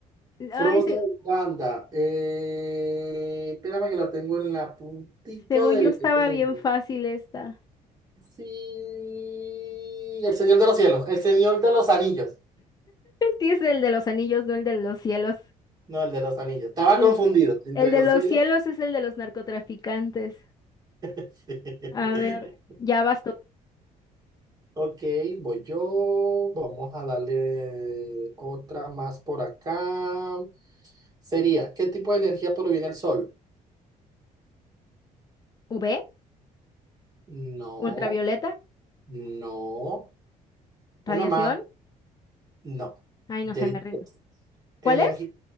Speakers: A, on the left; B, on the right.
A: Ay,
B: Frodo
A: sí,
B: Uganda. Eh, espérame que la tengo en la puntica
A: Según
B: del
A: yo estaba
B: dedo.
A: bien fácil esta.
B: Sí. El Señor de los Cielos. El Señor de los Anillos.
A: Sí, es el de los anillos, no el de los cielos.
B: No, el de los Anillos. Estaba
A: El,
B: confundido
A: de-
B: entre
A: el de
B: los
A: los
B: cielos.
A: cielos es el de los narcotraficantes.
B: <laughs>
A: A ver, ya vas tú.
B: Ok, voy yo. Vamos a darle otra más por acá. Sería, ¿qué tipo de energía proviene del sol?
A: UV,
B: No,
A: ultravioleta,
B: no. Una
A: radiación.
B: más. No,
A: Ay, no
B: te
A: sé,
B: di
A: me rindo.
B: energi-
A: ¿Cuál es?